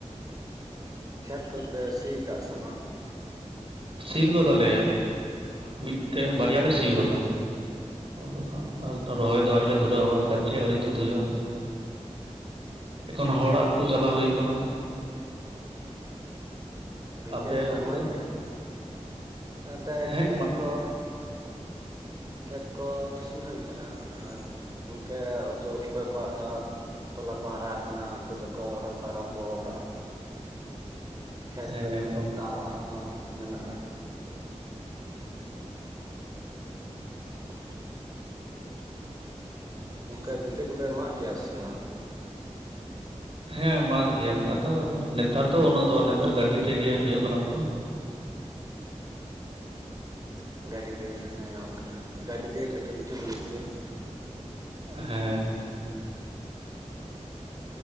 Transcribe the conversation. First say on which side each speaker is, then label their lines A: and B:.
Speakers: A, on the right; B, on the right.
A: ᱠᱷᱮᱛ ᱠᱚᱫᱚᱯᱮ, ᱥᱤ ᱠᱟᱜᱼᱟ ᱾ᱥᱮ ᱵᱟᱝ?
B: ᱥᱤ ᱠᱟᱫᱟ ᱞᱮ ᱾ᱢᱤᱫᱴᱮᱱ, ᱵᱟᱨᱭᱟ, ᱞᱮ ᱥᱤ ᱠᱟᱫᱟ᱾ ᱟᱫᱚ ᱦᱟᱸᱜ ᱾ᱨᱚᱦᱚᱭ ᱫᱚ ᱟᱹᱣᱨᱤ ᱞᱮ, ᱫᱷᱽᱩᱨᱟᱹᱜᱼᱟ᱾ ᱜᱟᱪᱷᱤ ᱟᱹᱣᱨᱤ ᱛᱩᱫ ᱦᱩᱭᱩᱜᱼᱟ ᱾ᱦᱟᱸᱜ ᱮᱠᱷᱚᱱ ᱦᱚᱲᱟ-ᱜ ᱠᱚ᱾ ᱪᱟᱞᱟ-ᱣ ᱦᱩᱭᱩ-ᱜ ᱠᱟᱱᱟ᱾
A: ᱵᱷᱽᱤᱛᱟᱹ
B: ᱟᱯᱮ
A: ᱠᱚ-ᱯᱮ,
B: ᱚᱱᱛᱮ
A: ᱢᱟᱜ ᱜᱮᱭᱟ ᱛᱚ᱾ ᱛᱮ
B: ᱦᱮᱸ
A: ᱠᱷᱮᱛ
B: ᱢᱟ,
A: ᱠᱚ᱾ ᱠᱷᱮᱛ ᱠᱚ᱾ ᱥᱤ ᱦᱩᱭ ᱟᱠᱟᱱᱟ᱾ ᱟᱨ ᱜᱚᱝᱠᱮ ᱾ ᱟᱫᱳ ᱚᱠᱚᱭ ᱠᱚᱣᱟ-ᱜ ᱫᱚ ᱛᱚᱞᱟ ᱠᱚ, ᱦᱟᱨᱟ ᱟᱠᱟᱱᱟ ᱾ᱩᱱᱠᱩ ᱫᱚ-ᱠᱚ ᱨᱚᱦᱚ-ᱭ ᱠᱚ᱾ ᱟᱨᱟᱢᱵᱷᱚ ᱟᱠᱟᱫᱟᱼᱟ᱾ ᱠᱷᱮᱛ,
B: ᱦᱮᱸ
A: ᱵᱟᱹᱛ, ᱠᱚ ᱫᱟᱜ ᱦᱚᱸ ᱢᱮᱱᱟᱜᱼᱟ᱾ ᱦ <inaudible> ᱜᱚᱝᱠᱮ ᱵᱷᱽᱤᱛᱹᱟ ᱠᱚ-ᱯᱮ, ᱢᱟᱜ ᱜᱮᱭᱟ᱾ ᱥᱮ ᱵᱟᱝ?
B: ᱦᱮᱸ ᱢᱟᱜ ᱜᱮᱭᱟᱞᱮ᱾ ᱟᱫᱚ ᱱᱮᱛᱟᱨ ᱫᱚ᱾ ᱩᱱᱟᱹᱜ ᱫᱚ, ᱱᱮᱛᱟᱨ ᱜᱟᱹᱰᱤ ᱛᱮᱜᱮ ᱦᱩᱭᱩ-ᱜ ᱠᱟᱱᱟ᱾ ᱛᱚ
A: ᱜᱟᱹᱰᱤ ᱛᱮ ᱾ᱦᱮᱸ ᱜᱚᱝᱠᱮ ᱜᱟᱹᱰᱤ ᱛᱮᱜᱮ᱾ ᱡᱷᱚᱛᱚ ᱠᱤᱪᱷᱩ ᱦᱩᱭᱩ-ᱜ ᱜᱮᱭᱟ᱾
B: ᱦᱮᱸ᱾